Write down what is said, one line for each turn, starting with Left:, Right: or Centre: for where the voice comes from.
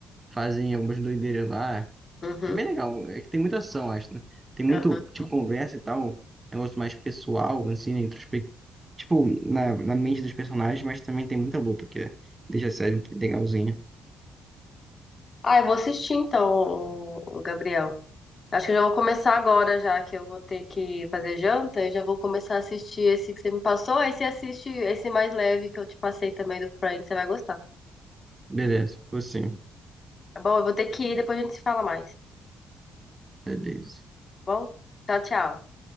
Right: fazem algumas doideiras lá.
Left: Uhum.
Right: É bem legal, é que tem muita ação, acho, né? Tem muito,
Left: aham.
Right: tipo, conversa e tal, um negócio mais pessoal, assim, né? introspe- Tipo, na, na mente dos personagens, mas também tem muita luta, que é, deixa a série legalzinha.
Left: Ah, eu vou assistir então, o, o Gabriel. Acho que eu já vou começar agora, já que eu vou ter que fazer janta. Eu já vou começar a assistir esse que você me passou. Aí você assiste esse mais leve que eu te passei também do Friends. Você vai gostar.
Right: Beleza, você.
Left: Tá bom? Eu vou ter que ir, depois a gente se fala mais.
Right: Beleza.
Left: Tá bom? Tchau, tchau.